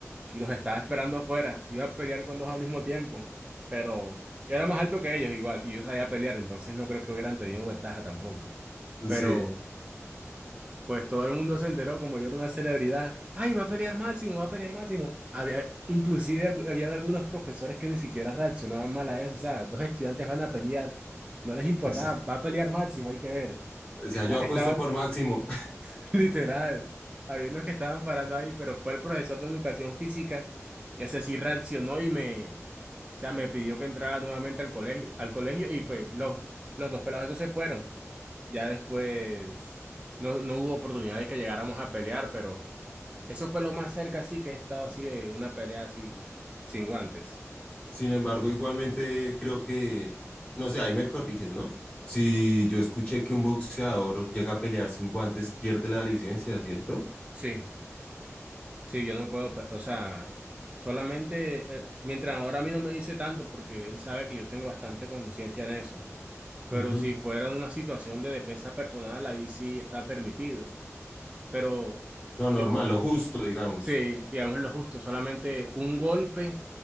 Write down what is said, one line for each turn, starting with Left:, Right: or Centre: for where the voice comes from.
Right: y los estaba esperando afuera. Iba a pelear con dos al mismo tiempo, pero yo era más alto que ellos igual y yo sabía pelear, entonces no creo que hubieran tenido ventaja tampoco. Pero
Left: sí,
Right: Pues todo el mundo se enteró, como yo era una celebridad. ¡Ay, va a pelear Máximo, va a pelear Máximo! Había, inclusive algu- habían algunos profesores que ni siquiera reaccionaban mal a eso. O sea, dos estudiantes van a pelear. No les importaba,
Left: sí.
Right: va a pelear Máximo, hay que ver.
Left: O
Right: Está,
Left: sea, yo
Right: estaban
Left: apuesto por Máximo.
Right: <laughs> literal. Había unos que estaban parando ahí, pero fue el profesor de educación física. Ese sí reaccionó y me, o sea, me pidió que entrara nuevamente al colegio, al colegio y pues los, los dos pelados esos se fueron. Ya después no, no hubo oportunidad de que llegáramos a pelear, pero eso fue lo más cerca así que he estado así de una pelea así sin guantes.
Left: Sin embargo, igualmente creo que, no sé, ahí me corriges, ¿no? Si yo escuché que un boxeador llega a pelear sin guantes, pierde la licencia, ¿cierto?
Right: Sí, sí, yo no puedo, pe- o sea, solamente eh, mientras ahora a mí no me dice tanto porque él sabe que yo tengo bastante conciencia en eso, pero
Left: Ujú.
Right: si fuera una situación de defensa personal ahí sí está permitido, pero
Left: Lo normal,
Right: yo co-
Left: lo justo, digamos.
Right: sí, digamos lo justo, solamente un golpe